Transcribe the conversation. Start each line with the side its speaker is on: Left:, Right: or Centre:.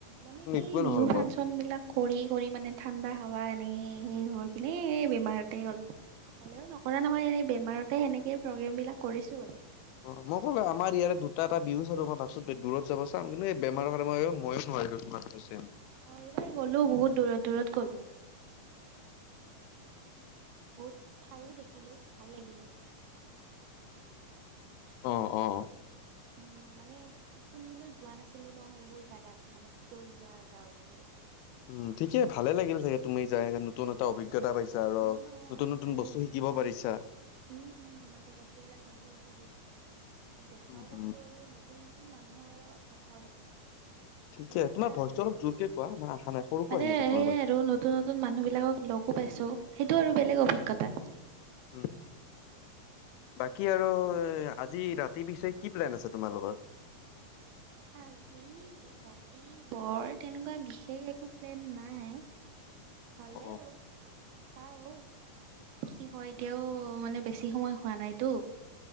Right: মানে
Left: কিন্তু
Right: এই
Left: একোৱে
Right: বিহু
Left: নহ'ল
Right: ফাংচন
Left: মোৰ।
Right: বিলাক কৰি কৰি মানে ঠাণ্ডা হাৱা এনে এপিনে বেমাৰতেেই গল হ'লেও নকৰা নহয় এনেই বেমাৰতে সেনেকে প্ৰগ্ৰেম বিলাক কৰিছো বলে
Left: অ, মই ক'লে আমাৰ ইয়াৰ দুটা এটা বিহু চ আৰু মই ভিছ দূৰত যাব চাম কিন্তু এই বেমাৰৰ কাৰণ ময়ো ন মম <unintelligible>
Right: অ' এইবাৰ গলো বহুত দূৰত দূৰত গলো বহুত ঠাইও দেখিলো ভাল লাগিলে।
Left: অ', অ'
Right: উম মানে কোনদিিনো যোৱা নাছিলো ন সেইবোৰ জোগাত মানে ভিতৰীয়া গাওবোৰ
Left: উম ঠিকে ভালে লাগিলাগ তুমি যা এনেকে নতুন এটা অভিজ্ঞা, অভিজ্ঞতা পাইছা আৰু
Right: অ'
Left: নতুন
Right: অ
Left: নতুন
Right: ভালে
Left: বস্তু
Right: লাগিলে
Left: শিকিব পাৰিছা।
Right: উম, উম, মানে বস্তুবিলাক নতুন নতুন দেখাও
Left: উম
Right: পাইছো
Left: উম
Right: আৰু নতুন নতুন মানুহৰ লগত কথাও পাতিছো।
Left: ঠিকে
Right: সটো
Left: তোমাৰ
Right: এটা
Left: ভইচটো
Right: বেলেগ
Left: অলপ জোৰকে কোৱা মানে অহা নাই সৰুকৈ
Right: মানে
Left: আহি
Right: সেয়াই
Left: আছে তোমাৰ ভইচ
Right: আৰু নতুন নতুন মানুহ বিলাকক লগ পাইছো সেইটো আৰু বেলেগ অভিজ্ঞতা
Left: উম। বাকী আৰু আজি ৰাতি পিছে কি প্লেন আছে তোমালোকৰ।
Right: আজি ৰাতি বৰ তেনেকুৱা বিশেষ একো প্লেন নাই। হলেও
Left: অ
Right: চাও কি হয় এতিয়াও মানে বেছি সময় হোৱা নাইতো।